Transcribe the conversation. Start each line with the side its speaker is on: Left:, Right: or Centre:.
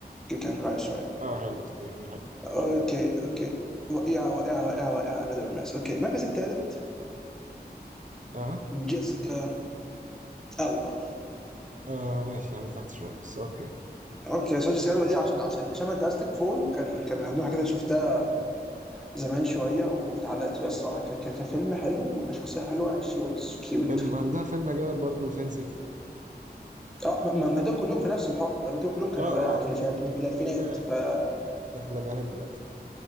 Centre: كان كويس شوية
Right: اه حلو سبعين حلو
Centre: اوكي
Right: حلو
Centre: اوكي رائعة رائعة رائعة رائعة انا دور ماس اوكي المركز الثالث
Right: اه
Centre: جيسيكا البا
Right: اه ماشي يعني تحت شوية بس اوكي
Centre: اوكي سو جيسيكا البا دي عشان عشان عشان فانتاستيك فور كان كان من ضمن الحاجات اللي شفتها زمان شويه واتعلقت بيها الصراحه ك- ك- كفيلم حلو وكشخصيه حلوه يعني شي واز كيوت
Right: فيلم عندها فيلم جامد برضه سين سيتي
Centre: اه ما, ما ما دول كلهم في نفس الحقبه ما دول كلهم كانوا
Right: اه اه
Centre: يعني في,
Right: آه.
Centre: في, في الالفينات
Right: ايه ده
Centre: ف آه،
Right: هي في الاربعينات دلوقتي